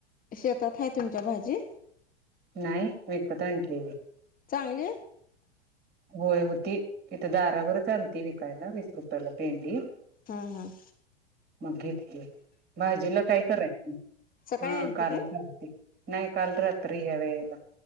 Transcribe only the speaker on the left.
शेतात आहे तुमच्या भाजी.
चांगली
हम्म. हम्.
सकाळी
आलती
काय